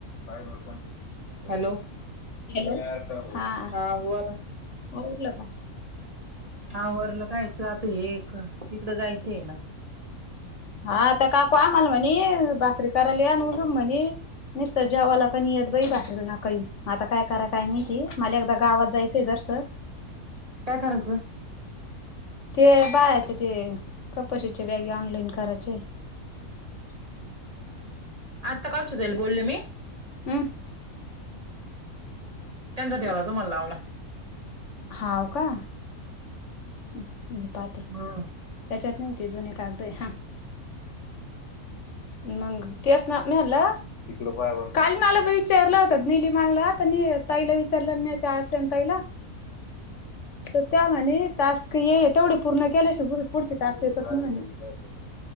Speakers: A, on the left; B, on the right.
A: पाय वरण पशी ठत होते
B: हॅलो
A: हॅलो हां.
B: आवर
A: बघीतलं का?
B: आवरलं कायचं आता हे, तिकडं जायचं आहे ना.
A: हाता काकू आम्हाला म्हणे, भाकरी कायलान उजम म्हणे निसत जेवाला कण येत बई बाटरलं ना काही, आता काय करा काय माहीती, मला एकदा गावात जायचंय जरसं.
B: काय कराचं?
A: ते बाळायचे ते कपशीचे वॅगे ऑनलाईन करायचे.
B: आता का जाईल बोलले मी
A: हम्म.
B: त्यांचा ठेवला तुम्हाला लावला.
A: हाव का. ह पात
B: हा.
A: त्याच्यात नाही ते जुने कागदय, हां. मंग तेच ना, मी मनलं त कालमाला ब विचारलं होतं निलीमाला, तर ताईला विचारलं नाही त्या अरचन ताईला तर त्या म्हणे टास्क येईल, तेवढे पूर्ण केल्या श ग पुढचे टास्क येतस नाही, म्हणजे